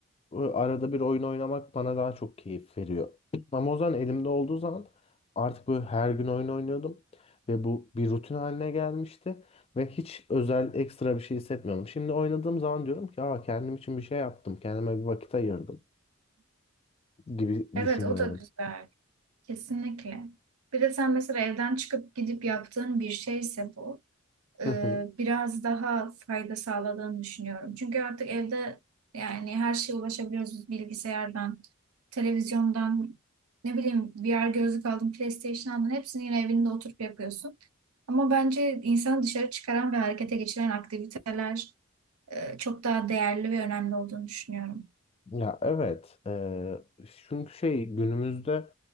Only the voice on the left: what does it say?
e, arada bir oyun oynamak bana daha çok keyif veriyor. <clears throat> Ama o zaman elimde olduğu zaman artık böyle her gün oyun oynuyordum ve bu bir rutin haline gelmişti ve hiç özel ekstra bir şey hissetmiyorum. Şimdi oynadığım zaman diyorum ki Aa, kendim için bir şey yaptım, kendime bir vakit ayırdım gibi
düşünüyorum.
Hı hı.
Ya evet. Eee, çünkü şey günümüzde